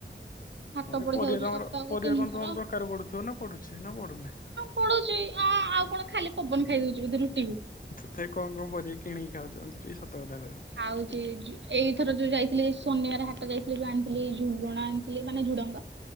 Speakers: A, on the right; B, on the left.
A: ହାଟ
B: ହଁ ଯେ
A: ପଡିଥାଉଛି
B: ପରିବା ତମର
A: ସପ୍ତାହକୁ
B: ପରିବା
A: ତିନି
B: କଣ
A: ଥର
B: ତମ ଦରକାର ପଡୁଥିବ ନା ପଡୁଛି ନା ପଡୁନି?
A: ପଡୁଚି, ଅଁ ଆଉ କଣ ଖାଲି ପବନ ଖାଇଦଉଛି ବୋଧେ ରୁଟି କୁ।
B: ତଥାପି କଣ କଣ ପରିବା କିଣିକି ଖାଉଛନ୍ତି ମତେ ଟିକେ ସତ କଥା କହିବ?
A: ଖାଉଛି ଏଇଥର ଯୋଉ ଯାଇଥିଲି ଶନିବାର ହାଟ ଯାଇଥିଲି ଯୋଉ ଆଣିଥିଲି ଝୁଣ ଆଣିଥିଲି ମାନେ ଝୁଡଙ୍ଗ